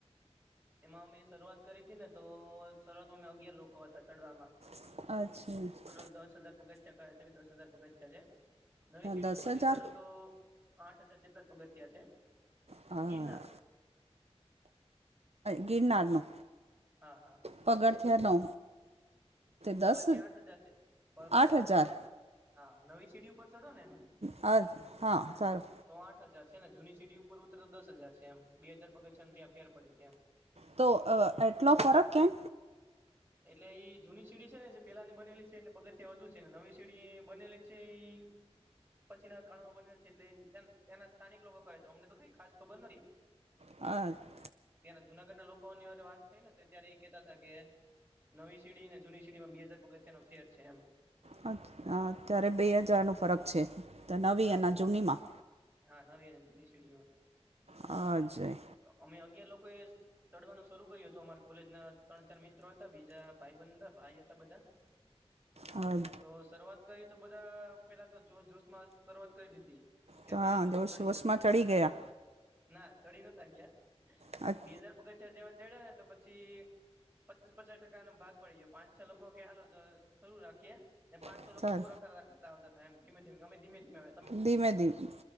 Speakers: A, on the right; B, on the right.
A: એમાં અમે શરૂઆત કરી હતી ને. તો શરૂઆતમાં અમે અગિયાર લોકો હતા ચડવામાં.
B: અચ્છા.
A: ટોટલ દસ હજાર પગથિયાં છે કે, દસ હજાર પગથિયાં છે, નવી સીડી
B: દસ
A: ઉપરથી
B: હજાર
A: ચડો તો. આઠ હજાર જેટલા પગથિયા છે.
B: હા.
A: ગિરનાર
B: ગિરનારનું.
A: હા, હા.
B: પગથિયાનો. દસ
A: પગથિયાં આઠ હજાર પગથિયાં
B: આઠ હજાર
A: જો ને, હા, નવી સીડી ઉપર ચઢો ને.
B: અ હા, સારું.
A: તો આઠ હજાર છે ને, જૂની સીડી ઉપર ઉતર તો દસ હજાર છે, એમ બે હજાર પગથિયાં છે, ત્યાં ફેર પડે છે એમ.
B: તો એટલો ફરક કેમ?
A: એટલે એ જૂની સીડી છે ને, જે પેલા ની બનેલી છે, એટલે પગથિયા વધુ છેને, નવી સીડી બનેલી છે એ. પછી ના કાળમાં બનેલ છે, એટલે ત્યાં સ્થાનિક લોકો કહે છે, અમને તો કઈ ખાસ ખબર નથી. <unintelligible>
B: આઠ.
A: ત્યાં જુનાગઢ ના લોકો ની વાત થઈ ને, તો ત્યારે એ કેતા હતા કે. નવી સીડી ને, જૂની સીડીમાં બે હાજાર પગચિયાનો ફેર છે એમ.
B: અ અત્યારે બે હજારનું ફરક છે, તો નવી
A: હા
B: અને જૂનીમાં
A: હા, નવીન શડીમાં.
B: હ, અજય.
A: અમે અગિયાર લોકોએ ચડવાનું શરૂ કર્યું હતું, અમારે કોલેજ ના ત્રણ-ચાર મિત્રો. બીજા ભાઈ-બંધ હતા, ભાઈ હતા બધા.
B: હ.
A: તો શરૂઆત કરી તો, બધા પેલા તો જોશ જોશ માં શરૂઆત કરી દીધી. કે
B: તો
A: ચડી
B: હા
A: જસુ,
B: જોશ
A: ચડી
B: વોશમાં
A: જશુ
B: ચડી ગયા
A: ના ચડી, નતા ગયા.
B: અચ્છા.
A: બે હજાર પગથીયા જેવા ચડ્યા ને, તો પછી પચાસ-પચાસ ટકા નો ભાગ પડી ગયો, પાંચ-છ લોકો કે, હાલો શું રાખી ને પાંચ.
B: અચ્છા
A: લોકો પૂરા ખરા કરતા હતા, એમ ધીમે-ધીમે અમે ધીમે-ધીમે.
B: ધીમે ધી